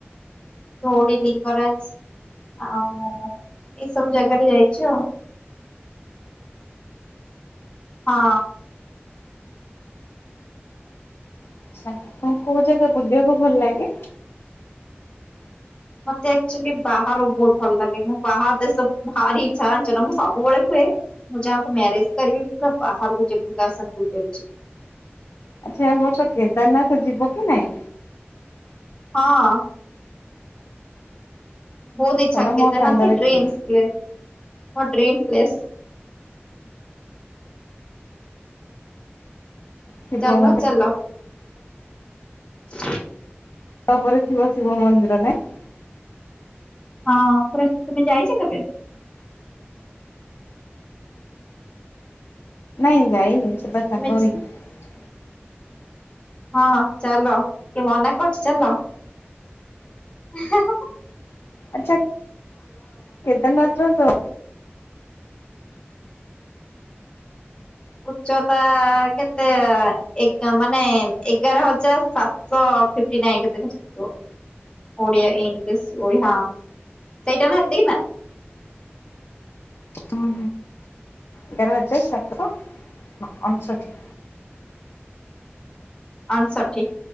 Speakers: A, on the left; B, on the left.
A: ଧୋଉଳି ଲିଙ୍ଗରାଜ ଆଉ ଏଇ ସବୁ ଜାଗାରେ ଯାଇଛି ଆଉ। ହଁ।
B: ଆଚ୍ଛା। ତମକୁ କୋଉ ଜାଗା ବୁଲିବାକୁ ଭଲ ଲାଗେ?
A: ମତେ ଆକଚୁଆଲ୍ଲୀ ବାହାର ବହୁତ ଭଲ ଲାଗେ ମୁଁ ବାହାର ଦେଶ ଭାରି ଇଚ୍ଛା ଜାଣିଛ ନା ମୁଁ ସବୁବେଳେ କୁହେ ମୁଁ ଯାକୁ ମ୍ୟରେଜ କରିବି ପୁରା ବାହାରକୁ ଯବି ତା ସହ ବୁଲିବାକୁ ଯିବି।
B: ଆଚ୍ଛା ଏ ବର୍ଷ କେଦାରନାଥ ଯିବ କି ନାଇଁ?
A: ହଁ। ବହୁତ ଇଚ୍ଛା
B: ଚାଲ ମୋ
A: କେଦାରନାଥ
B: ସାଙ୍ଗରେ
A: ତ ଡ୍ରିମ୍
B: ଯିବ।
A: ପ୍ଲେସ୍ ମୋ ଡ୍ରିମ୍ ପ୍ଲେସ୍।
B: ଶିବ
A: ଚାଲୁନ
B: ମନ୍ଦିର
A: ଚାଲ। <inaudible>
B: ତାପରେ ଥିବ ଶିବ ମନ୍ଦିର ନାଇଁ।
A: ହଁ ପୁରା ତୁମେ ଯାଇଛ କେବେ?
B: ନାଇଁ ଯାଇନି ଯିବା
A: ତୁମେ
B: ସଙ୍ଗ ହେଇକି।
A: ହଁ ଚାଲ କିଏ ମନା କରୁଛି ଚାଲ। ହେ ହେ ହେ
B: ଆଚ୍ଛା କେଦାରନାଥ ର ଯୋଉ
A: ଉଚ୍ଚତା କେତେ ଏଗା ମାନେ ଏଗାର ହଜାର ସାତଶହ ଫିଫ୍ଟି ନାଇନ କେତେ ଆକା ଆସୁଥିବ? ଓଡିଆ ଇଂଲିଶ ଓ ହଁ ସେଇଟା ନା ଏତିକି ନା। <inaudible>
B: ଉଁ ଏଗାର ହଜାର ସାତଶହ ଅଣଷଠି।
A: ଅଣଷଠି।